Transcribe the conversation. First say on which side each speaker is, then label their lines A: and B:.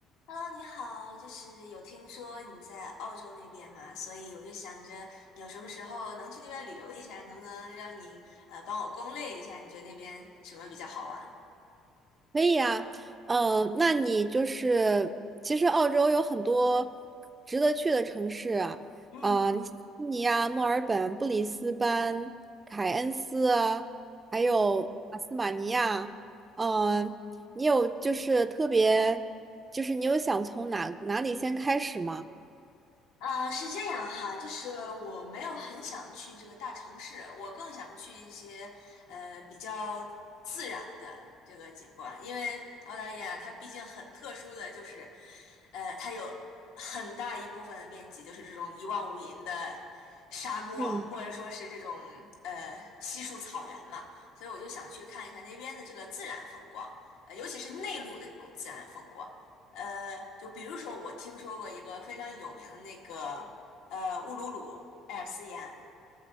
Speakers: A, on the left; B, on the right.
A: Hello，你好，就是有听说你在澳洲那边嘛，所以我就想着有什么时候能去那边旅游一下，能不能让你呃帮我攻略一下，你觉得那边什么比较好玩？
B: 可以呀，嗯，那你就是其实澳洲有很多值得去的城市啊，
A: 嗯
B: 啊、悉尼啊、墨尔本、布里斯班、凯恩斯啊，还有阿斯马尼亚，
A: 嗯
B: 嗯，你有就是特别，就是你有想从哪哪里先开始吗？
A: 呃，是这样哈，就是我没有很想去这个大城市，我更想去一些呃比较自然的这个景观，因为澳大利亚它毕竟很特殊的就是，呃，它有很大一部分的面积就是这种一望无垠的沙漠，
B: 嗯。
A: 或者说是这种呃稀树草原嘛，所以我就想去看一下那边的这个自然风光，呃，尤其是内陆的这种自然风光。呃，就比如说我听说过一个非常有名的那个呃乌鲁鲁艾尔斯岩。